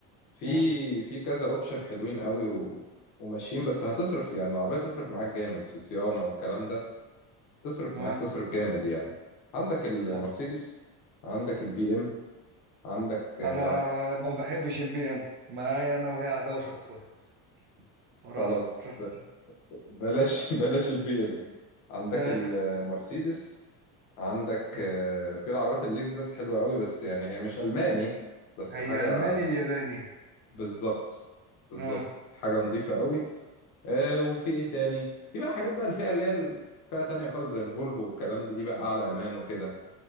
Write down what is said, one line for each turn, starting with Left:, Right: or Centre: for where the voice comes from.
Left: في
Right: امم
Left: في كذا اوبشن حلوين قوي و... وماشيين بس هتصرف يعني العربية تصرف معاك جامد في صيانة والكلام ده تصرف
Right: آه.
Left: معاك تصرف جامد يعني عندك المرسيدس
Right: طب
Left: عندك البي ام عندك آه،
Right: انا
Left: لا
Right: ما بحبش البي ام معايا انا وهي عداوة شخصية صراحة
Left: خلاص
Right: شخص
Left: ب... ب- بلاش <laughs> بلاش البي ام عندك
Right: آه.
Left: المرسيدس عندك
Right: طب
Left: آه، في العربيات اللكزس حلوة قوي بس يعني هي مش ألماني بس
Right: هي
Left: حاجة
Right: الماني الياباني
Left: بالظبط بالظبط
Right: آه.
Left: حاجة نظيفة قوي آه وفي ايه تاني في بقى حاجات بقى الفئة اللي هي الفئة تانية خالص زي الفولفو والكلام ده دي بقى أعلى أمان وكده